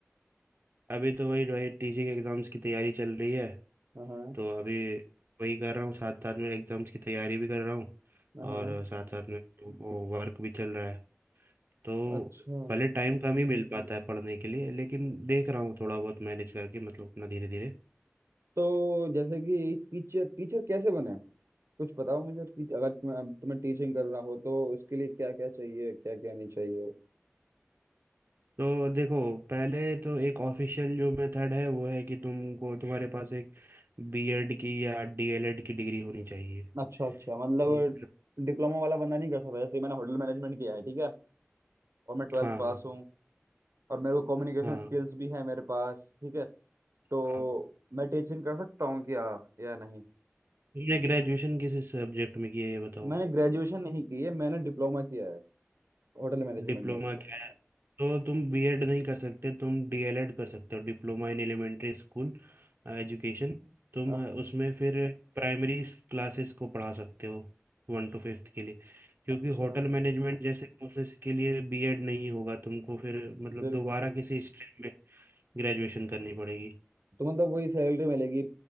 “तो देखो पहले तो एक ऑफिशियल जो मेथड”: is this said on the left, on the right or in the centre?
Right